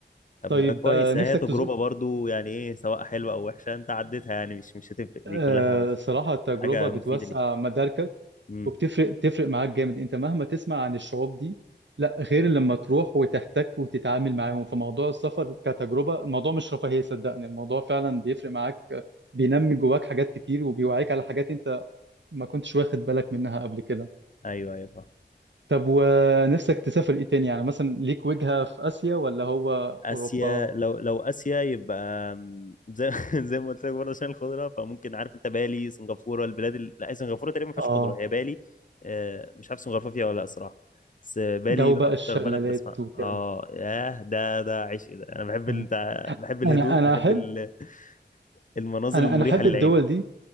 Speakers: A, on the left; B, on the right.
A: طب
B: طيب
A: كويس
B: آه، نفسك
A: هي تجربة
B: تزور
A: برضو يعني ايه سواء حلوة او وحشة انت عديتها يعني مش مش هتفرق دي
B: آه،
A: كلها
B: صراحة تجربة
A: حاجة
B: بتوسع
A: مفيدة ليك
B: مداركك
A: امم
B: وبتفرق بتفرق معاك جامد انت مهما تسمع عن الشعوب دي لا غير لما تروح وتحتك وتتعامل معاهم فموضوع السفر كتجربة الموضوع مش رفاهية صدقني الموضوع فعلا بيفرق معاك بينمي جواك حاجات كتير وبيوعيك على حاجات انت ما كنتش واخد بالك منها قبل كده
A: ايوه ايوه فاهم
B: طب ونفسك تسافر ايه تاني يعني مثلا ليك وجهة في آسيا ولا هو
A: اسيا
B: أوروبا
A: لو لو اسيا يبقى أم، زي <laughs> زي ما قلت لك برضه عشان الخضرة فممكن عارف انت بالي سنغافورة البلاد ال... لا سنغافورة تقريبا ما فيهاش
B: اه
A: خضرة هي بالي آه، مش عارف سنغافورة فيها ولا لا صراحة بس بالي
B: جو بقى
A: اكتر
B: الشلالات
A: بلد بسمع
B: وكده
A: اه ياه ده ده عشق ده انا بحب
B: مم.
A: ال... بتاع- بحب الهدوء
B: انا انا
A: بحب
B: احب
A: ال- المناظر
B: انا
A: المريحة
B: انا احب
A: للعين
B: الدول دي